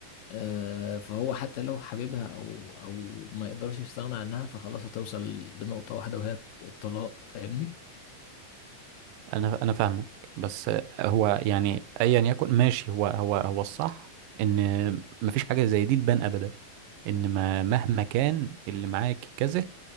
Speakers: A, on the left; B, on the right.
A: آه، فهو حتى لو حبيبها او او ما يقدرش يستغنى عنها فخلاص هتوصل لنقطه واحده وهي الطلاق فاهمني
B: انا انا فاهمك بس هو يعني ايا يكن ماشي هو هو هو الصح ان مفيش حاجة زي دي تبان ابدا ان ما مهما كان اللي معاك كذا